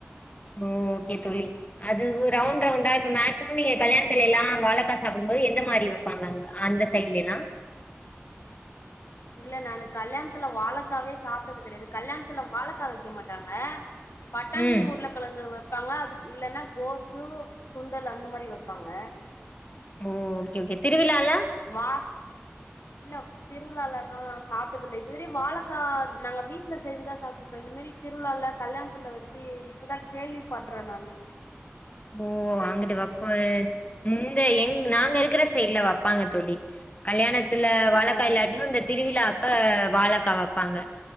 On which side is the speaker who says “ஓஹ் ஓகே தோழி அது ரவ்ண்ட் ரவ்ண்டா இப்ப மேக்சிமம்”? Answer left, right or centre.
Left